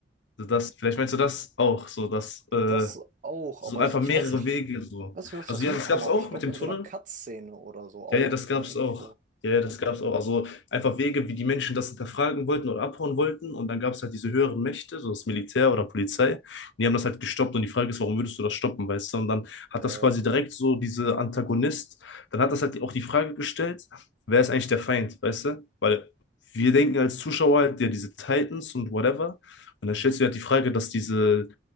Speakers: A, on the left; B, on the right.
A: So das, vielleicht meinst du das auch, so dass äh,
B: ja, das auch,
A: so
B: aber
A: einfach
B: ich, ich
A: mehrere
B: weiß nicht,
A: Wege so.
B: weiß nicht, wo ich
A: Also
B: das
A: ja,
B: mitbekommen
A: das gab es
B: habe.
A: auch
B: Ich glaube,
A: mit dem
B: in
A: Tunnel,
B: so einer Cut-Szene oder so auch,
A: ja, ja, das
B: so
A: gab's
B: eine Info.
A: auch. Ja, ja, das gab's auch. Also einfach Wege, wie die Menschen das hinterfragen wollten oder abhauen wollten. Und dann gab's halt diese höheren Mächte, so das Militär oder Polizei. Die haben das halt gestoppt. Und die Frage ist, warum würdest du das stoppen, weißt du? Und dann hat
B: Ja,
A: das
B: ja,
A: quasi
B: klar.
A: direkt so diese Antagonist, dann hat das halt auch die Frage gestellt, wer ist eigentlich der Feind, weißt du? Weil wir denken als Zuschauer halt, ja, diese Titans und whatever. Und dann stellst du dir halt die Frage, dass diese